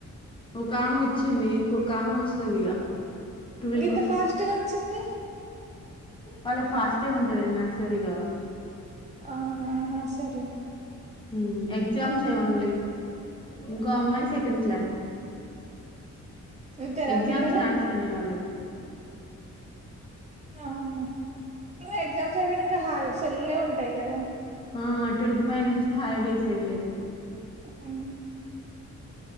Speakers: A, on the left; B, on the right.
A: ఒక ఆమె వచ్చింది ఇంకొ ఒకామే వస్తది ఇగ ట్వెల్వ్
B: గింత
A: కి
B: ఫాస్ట్ గా వచ్చింది
A: వాళ్ళక్ ఫాస్టే ఉంటది నరసరి గాబట్టి
B: అవునా నరసరియా
A: ఉమ్ ఎగ్జామ్స్ ఏ ఓన్లీ ఇంకో అమ్మాయి సెకండ్ క్లాస్
B: ఇద్దరా
A: ఎగ్జామ్స్
B: పిల్లలు
A: నడుస్తున్నాయి వాళ్ళకు
B: అవునా ఇంగా ఎగ్జామ్స్ అయిపోయినంకా హ సెల్లవులే ఉంటాయి గదా
A: ఆ ట్వంటీ ఫైవ్ నుంచి హాలిడేసే వీళ్ళకి
B: హ <inaudible>